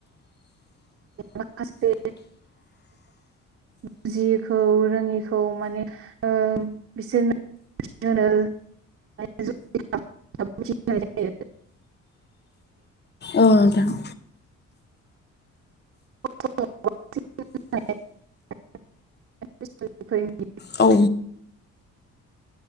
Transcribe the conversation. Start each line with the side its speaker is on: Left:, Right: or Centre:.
Right: माखासे बुजियैखौ रोङिखौ माने ओ बिसोरनो होनो नाजायो
Left: औ नोंथां
Right: <unintelligible>
Left: औ